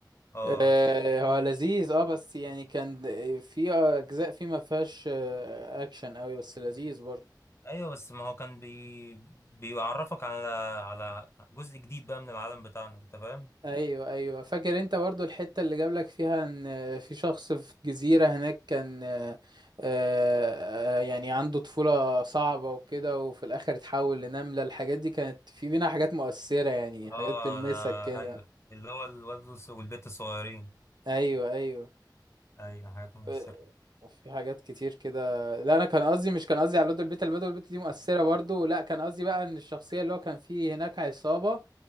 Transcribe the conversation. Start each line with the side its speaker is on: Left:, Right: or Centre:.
Left: اه
Right: آه، هو لذيذ اه بس يعني كان في أجزاء فيه ما فيهاش آه، أكشن قوي بس لذيذ برضه
Left: ايوه بس ما هو كان بي... بيعرفك على على جزء جديد بقى من العالم بتاعنا انت فاهم
Right: ايوه ايوه فاكر انت برضو الحته اللي جابلك فيها ان في شخص في جزيره هناك كان آه، آه، يعني عنده طفوله صعبه وكده وفي الاخر اتحول لنمله الحاجات دي كانت في بينا حاجات مؤثره يعني حاجات
Left: اه
Right: تلمسك
Left: ده
Right: كده
Left: ايوه اللي هو الولد والبنت الصغيرين
Right: ايوه ايوه
Left: ايوه حاجات مؤثرة
Right: آه، في حاجات كتير كده لا انا كان قصدي مش كان قصدي على لود البيت البيت البيت دي مؤثره برضو لا كان قصدي بقى ان الشخصيه اللي هو كان فيه هناك عصابه